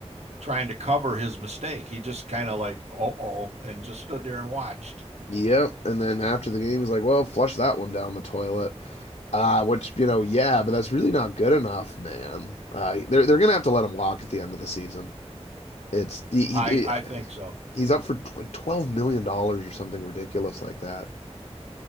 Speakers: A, on the right (about 70°); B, on the left (about 85°).
A: trying to cover his mistake. He just kind of like oh oh and just stood there and watched.
B: Yep, and then after the game, he's like, "Well, flush that one down the toilet." Uh, which, you know, yeah, but that's really not good enough, man. Uh, they're they're gonna have to let him walk at the end of the season. It's the he,
A: I
B: he-
A: I think so.
B: he's up for tw- like 12 million dollars or something ridiculous like that.